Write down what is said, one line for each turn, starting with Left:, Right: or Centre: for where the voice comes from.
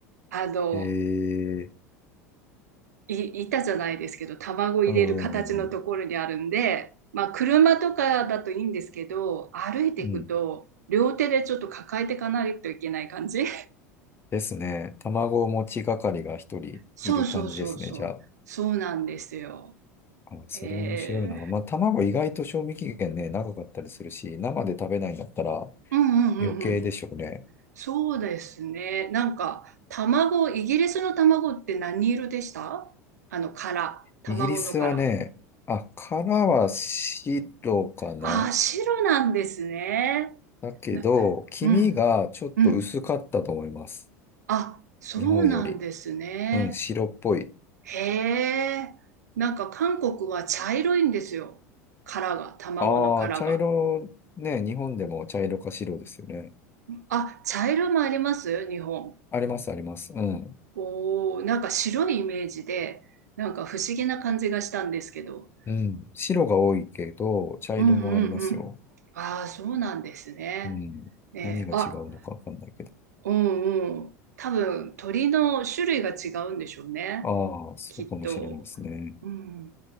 Right: あの、
Left: えー、
Right: い、板じゃないですけど、卵入れる形のところにあるんで、
Left: うーん、
Right: まあ、車とかだといいんですけど、歩いていくと、
Left: うん。
Right: 両手でちょっと抱えていかないといけない感じ
Left: ですね。卵持ち係が一人いる感じですね、
Right: そうそうそうそう。
Left: じゃあ。
Right: そうなんですよ。
Left: あ、それ面白いな。
Right: えー
Left: まあ、卵意外と賞味期限ね、長かったりするし、生で食べないんだったら
Right: うんうんうんうん。
Left: 余計でしょうね。
Right: そうですね。なんか、卵、イギリスの卵って何色でしたあの、殻。卵の殻。
Left: イギリスはね、あ、殻は白かな。
Right: ああ、白なんですね。
Left: だけど、
Right: な、
Left: 黄身がちょっと薄かったと思います。
Right: うん、うん。あ、そうなんですね。
Left: 日本より。うん、白っぽい。
Right: へえ。なんか韓国は茶色いんですよ。殻が、卵の殻が。
Left: ああ、茶色、ね、日本でも茶色か白ですよね。
Right: あ、茶色もあります日本。
Left: あります、あります。うん。
Right: おお、なんか白いイメージで、なんか不思議な感じがしたんですけど。
Left: うん。白が多いけど、茶色もありますよ。
Right: うんうんうん。ああ、そうなんですね。
Left: うん。
Right: ね、
Left: 何が違うのかわかんないけど。
Right: あ、うんうん。多分鳥の種類が違うんでしょうね。
Left: ああ、そうかもしれないですね。
Right: きっと。うん。